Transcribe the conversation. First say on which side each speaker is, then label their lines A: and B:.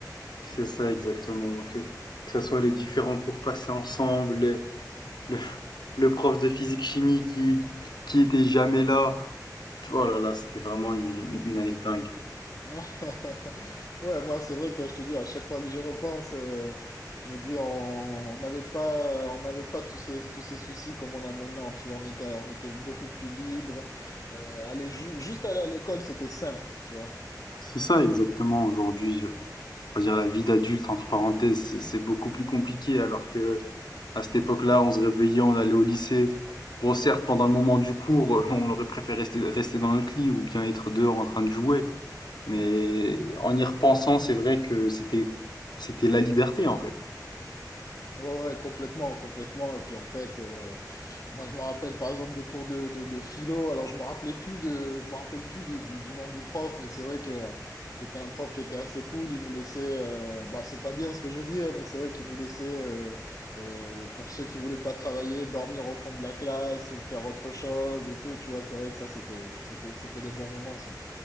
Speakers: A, on the left (about 80°); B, on the left (about 55°).
A: C'est ça exactement. Que, que ce soit les différents cours passés ensemble, le, le- le prof de physique-chimie qui, qui était jamais là. Oh là là, c'était vraiment une, une année dingue.
B: <laughs> Ouais, moi c'est vrai que je te dis à chaque fois que j'y repense, euh, je me dis on on n'avait pas, on n'avait pas tous ces tous ces soucis comme on a maintenant. Tu vois, on était on était beaucoup plus libre. Euh, aller ju- juste aller à l'école, c'était simple, tu vois.
A: C'est ça exactement aujourd'hui. On va dire la vie d'adulte, entre parenthèses, c'est c'est beaucoup plus compliqué alors que À cette époque-là, on se réveillait, on allait au lycée. Bon, certes, pendant le moment du cours, <laughs> on aurait préféré rester, rester dans notre lit ou bien être dehors en train de jouer. Mais en y repensant, c'est vrai que c'était, c'était la liberté, en fait.
B: Ouais, ouais, complètement, complètement. Et puis en fait. euh, Moi, je me rappelle par exemple des cours de, de, de philo. Alors, je me rappelais plus de, je me rappelle plus du, du, du nom du prof, mais c'est vrai que euh, c'était un prof qui était assez cool. Il nous laissait, euh, bon, c'est pas bien ce que je veux dire, mais c'est vrai qu'il nous laissait, euh, euh, pour ceux qui voulaient pas travailler, dormir au fond de la classe ou faire autre chose et tout. Tu vois, c'est vrai que ça, c'était, c'était, c'était des bons moments, ça.